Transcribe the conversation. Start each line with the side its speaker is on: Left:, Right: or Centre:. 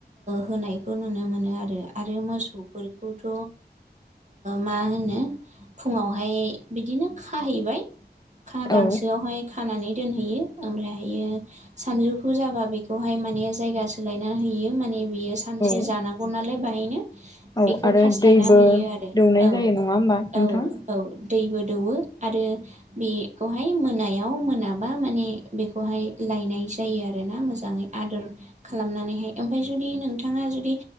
Right: होनायखौ नुनो मोनो आरो। आरो मोसौ बेफोरखौथ' मा होनो फुङावहाय बिदिनो खाहैबाय। गांसोआवहाय
Left: औ
Right: खानानै दोनहैयो ओमफ्राययो सानजुफु फुं जाबा बेखौहाय माने जायगा सोलायना होयो माने बियो सानसे
Left: औ
Right: जानांगौ नालाय बेाहायनो
Left: औ
Right: बेखौ
Left: आरो
Right: खास्लायना
Left: दैबो
Right: होयो। बियो आरो
Left: दौनाय
Right: औ
Left: जायो नङा होमबा नोंथां
Right: औ औ दैबो दौवो आरो बेखौहाय मोनायाव मोनाबा माने बेखौहाय लायनाय जायो आरोना मोजाङै आदोर खालामनानैहाय। ओमफ्राय जुदि नोंथाङा जुदि